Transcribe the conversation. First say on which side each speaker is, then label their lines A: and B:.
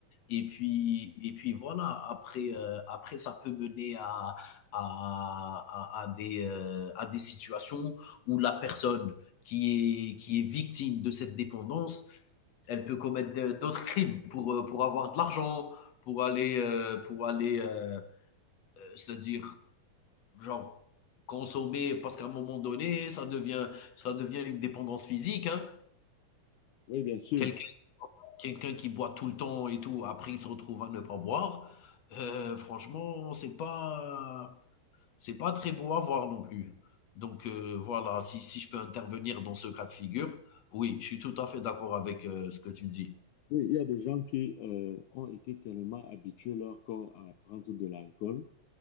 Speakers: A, on the left (about 65°); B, on the left (about 75°).
A: Et puis, et puis voilà, après, euh, après ça peut mener à, à, à, à des, euh, à des situations où la personne qui est, qui est victime de cette dépendance, elle peut commettre de- d'autres crimes pour, euh, pour avoir de l'argent, pour aller, euh, pour aller euh, c'est-à-dire, genre, consommer, parce qu'à un moment donné, ça devient, ça devient une dépendance physique, hein.
B: Oui, bien sûr.
A: Quelqu'un Quelqu'un qui boit tout le temps et tout, après il se retrouve à ne pas boire, heu, franchement, c'est pas c'est pas très beau à voir non plus. Donc heu, voilà, si si je peux intervenir dans ce cas de figure, oui, je suis tout à fait d'accord avec, heu, ce que tu dis.
B: Oui, il y a des gens qui euh, ont été tellement habitués leur corps à prendre de l'alcool